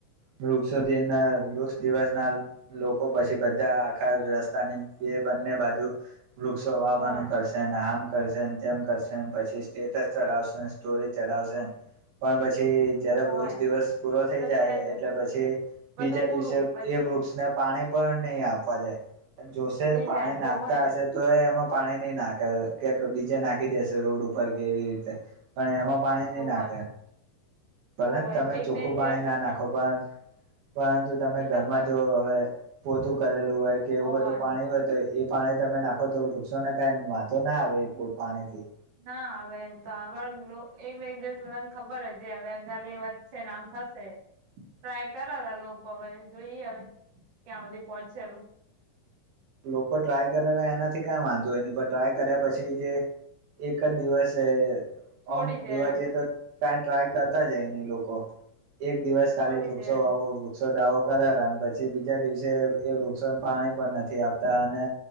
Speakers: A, on the right (about 85°); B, on the right (about 65°).
A: વૃક્ષો ના વૃક્ષ દિવસના લોકો પછી બધા આખા રસ્તાની બે બંને બાજુ. વૃક્ષો વાવવાનું
B: હોવે
A: કરશે અને આમ. કરશે તેમ કરશે પછી સ્ટેટસ ચડાવશે, સ્ટોરી ચડાવશે પણ પછી થી જયારે
B: હોવે
A: વૃક્ષ દિવસ પૂરો થઈ
B: તો
A: જાય
B: છે જ ને
A: એટલે પછી
B: બધું
A: બીજા
B: પૂરું
A: દિવસે
B: પછી
A: એ વૃક્ષને પાણી. પણ નહી આપવા જાય, જોશે
B: ની
A: પાણી
B: જાય જોવે
A: નાખતા હશે તો એ એમાં. પાણી નહી નાખે કે બીજે નાખી દેશે રોડ ઉપર કે એવી રીતે પણ એમાં. પાણી
B: હોવે
A: નહી નાખે. ભલન
B: હોવે
A: તમે
B: એક
A: ચોખ્ખું
B: ને એક
A: પાણી
B: દિવસ
A: ના નાખો પણ. પરંતુ તમે
B: એ
A: ઘરમાં
B: તો ખ
A: જો હવે પોતું કરેલ તું હોય કે એવું
B: હોવે
A: બધું પાણી હોય તો એ પાણી તમે નાખો. તો વૃક્ષોને કાઈ વાંધો ના આવે એ પાણી થી.
B: ના હવે એમ તો આ એક એક દિવસ બધાને ખબર જ હવે અંગારી વધશે ને આમ. થશે. ટ્રાય કરલા લોકો હવે જોઈએ હવે ક્યાં સુધી પહોચે.
A: લોકો ટ્રાય કરેલા એનાથી કઈ વાંધો હો ન પણ ટ્રાય કર્યા પછી જે. એક જ દિવસ એ.
B: છોડી
A: ઓમ
B: દેરા
A: જોવા જઈએ તો કઈ ટ્રાય કરતા જાય ને લોકો. એક દિવસ
B: છોડી
A: કાલી વૃક્ષો
B: દેરા
A: વાવો વૃક્ષ વૃક્ષો દાવો કરાલા અને પછી બીજા દિવસે એ, વૃક્ષોને પાણી પણ નથી આપતા અને